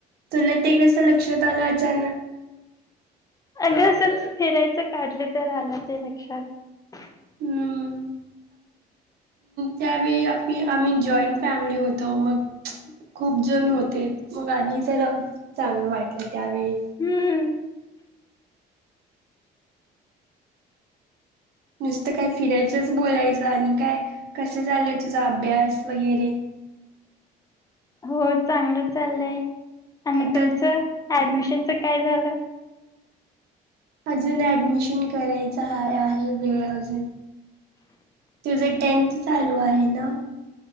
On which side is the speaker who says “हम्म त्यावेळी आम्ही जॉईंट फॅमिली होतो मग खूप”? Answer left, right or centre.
Right